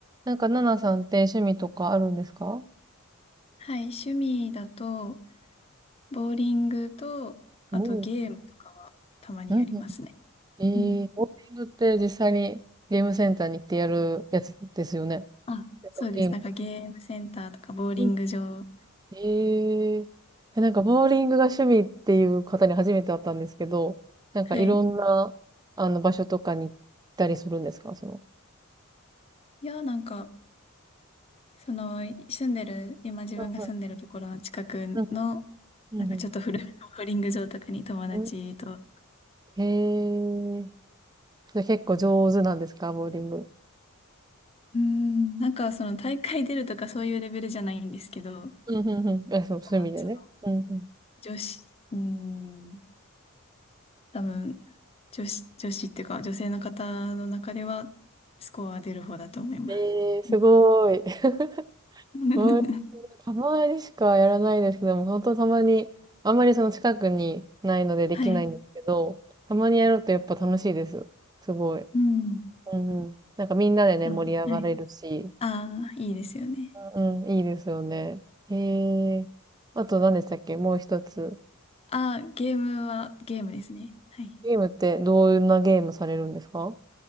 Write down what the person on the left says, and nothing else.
はい、趣味だと、ボーリングと、あとゲームとかはたまにやりますね。
うん。
あ、
そうです。なんかゲームセンターとかボーリング場。
はい。
いや、なんか、その、住んでる、今自分が住んでるところの近くの、
なんかちょっと古めのボーリング場とかに友達と、
うーん、なんかその大会出るとかそういうレベルじゃないんですけど、
まあ、その、
女子、うーん多分、女子、女子っていうか、女性の方の中では、スコア出る方だと思います。
うん
<laughs>
はい。
うん。
あのはい。
ああ、いいですよね。
ああ、ゲームは、ゲームですね。はい。